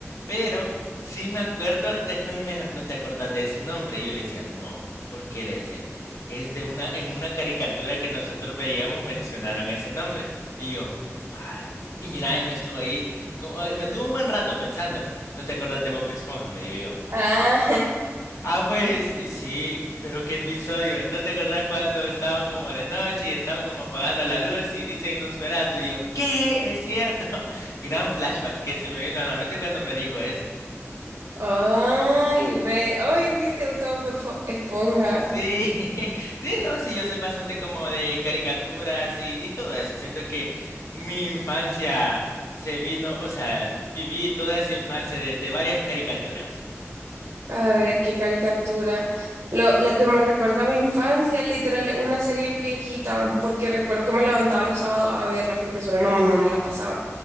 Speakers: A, on the left; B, on the right.
A: pero sí me acuerdo, después ella me dijo, ¿no te acordás de ese nombre? Y yo le decía, no, ¿por qué le decía? Es de una, en una caricatura que nosotros veíamos mencionaron ese nombre. Y yo, ¿cuál? Y mira, y me estuvo ahí, como- me tuvo un buen rato pensando, ¿no te acordás de Bob Esponja? Me digo yo.
B: Ah,
A: Ah, pues,
B: <laughs>
A: y sí, pero qué episodio. ¿No te acordás cuando estaban como de noche y estaban como apagando la luz y dicen Nosferatu? Y yo, ¿qué? Es cierto. <laughs> Gran flashback que se me vino a la mente cuando me dijo eso.
B: Ay, ve. Ay, ok, te gusta Bob Espo- Esponja.
A: Sí, <laughs> sí, no, sí, yo soy bastante como de caricaturas y, y todo eso. Siento que mi infancia se vino, o sea, viví toda esa infancia de, de varias caricaturas.
B: A ver, qué caricatura. Lo, la que me recuerda a mi infancia, literal, es una serie viejita, porque recuerdo que me levantaba los sábados a verla, porque solo en la mañana la pasaban.